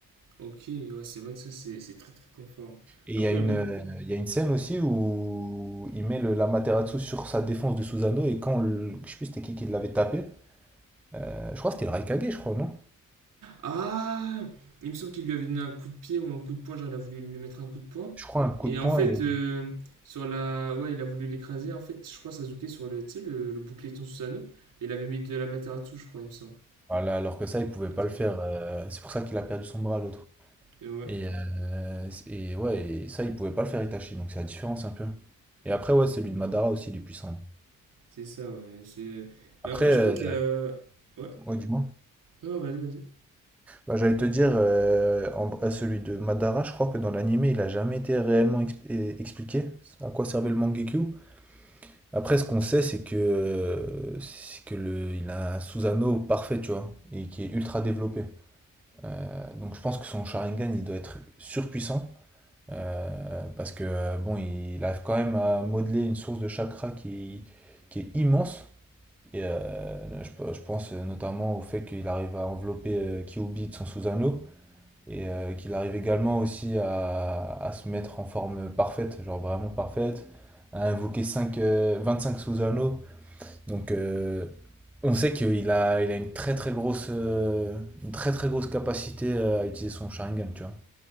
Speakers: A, on the right (about 70°); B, in the centre.
A: ok, ouais, c'est vrai que ça, c'est c'est très très très fort.
B: Et
A: Après,
B: il y a une,
A: même
B: euh, il y a une scène aussi où il met le- l'Amaterasu sur sa défense du Susanoo et quand, le- je sais plus c'était qui qui l'avait tapé, euh, je crois que c'était le Raikage, je crois, non?
A: Ah, il me semble qu'il lui avait donné un coup de pied ou un coup de poing, genre il a voulu lui mettre un coup de poing.
B: Je crois un coup
A: Et
B: de poing
A: en fait,
B: et...
A: euh, sur la... Ouais, il a voulu l'écraser. En fait, je crois Sasuke sur le, tu sais, le, le boucleton Susanoo, il avait mis de la Materatsu, je crois, il me semble.
B: Voilà, alors que ça, il pouvait pas
A: Un truc-
B: le faire. euh, c'est pour ça qu'il a perdu son bras, l'autre.
A: Et ouais,
B: Et, euh, et ouais, et ça, il pouvait pas le faire Itachi, donc c'est la différence un peu. Et après, ouais, celui de Madara aussi, il est puissant.
A: c'est ça, ouais. c'est- Mais
B: Après,
A: après, je
B: euh,
A: crois que... euh, Ouais,
B: ouais, du moins.
A: non, vas-y, vas-y.
B: Bah, j'allais te dire, euh, en- euh, celui de Madara, je crois que dans l'anime, il a jamais été réellement exp- euh, expliqué à quoi servait le Mangekyou. Après, ce qu'on sait, c'est que, euh, c'est que le, il a un Susanoo parfait, tu vois, et qui est ultra développé. Euh, donc je pense que son Sharingan, il doit être surpuissant. Euh, parce que euh, bon, il arrive quand même à modeler une source de chakra qui, qui est immense. Et euh, je, je pense notamment au fait qu'il arrive à envelopper euh, Kyuubi de son sous-anneau et euh, qu'il arrive également aussi à, à se mettre en forme parfaite, genre vraiment parfaite, à invoquer cinq, euh, 25 sous-anneaux. Donc euh, on sait qu'il a, il a une très très grosse, euh, une très très grosse capacité euh, à utiliser son Sharingan, tu